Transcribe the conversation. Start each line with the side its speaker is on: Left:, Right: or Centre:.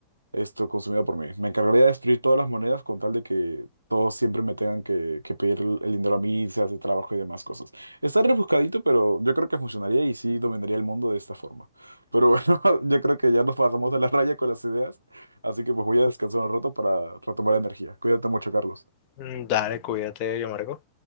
Right: esto consumido por mí. Me encargaría de destruir todas las monedas con tal de que todos siempre me tengan que, que pedir el el dinero a mí, se hace trabajo y demás cosas. Está rebuscadito, pero yo creo que funcionaría y sí dominaría el mundo de esta forma. Pero bueno, <laughs> yo creo que ya nos pasamos de la raya con las ideas, así que pues voy a descansar un rato para retomar energía. Cuídate mucho, Carlos.
Left: Mm, Dale, cuídate, yo Marco.